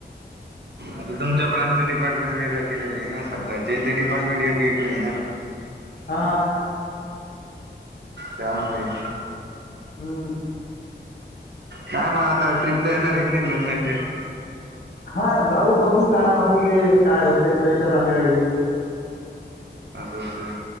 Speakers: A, on the right; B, on the left.
A: आता तुमच्या ब्रांचं डिपार्टमेंट वेगळं केलेलं आहे ना सध्या जे ते डिपार्टमेंट वेगवेगळे आहे ना
B: हा
A: त्यामुळे
B: हम्
A: काय म्हणा आता ट्रिपला येणार एक नाही लंडनच्या
B: हा जाऊ बघू कायते ते काय होते ते पैशाता मिळग <unintelligible>
A: असं